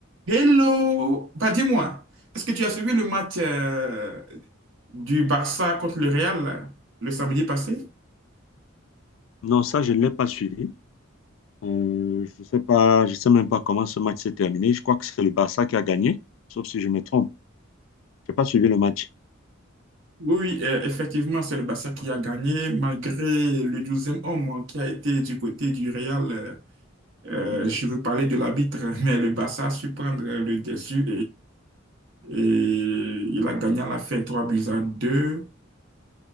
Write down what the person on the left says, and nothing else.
Non, ça, je ne l'ai pas suivi. Euh, je sais pas, je sais même pas comment ce match s'est terminé. Je crois que c'est le Barça qui a gagné, sauf si je me trompe. Je n'ai pas suivi le match.
Hmm.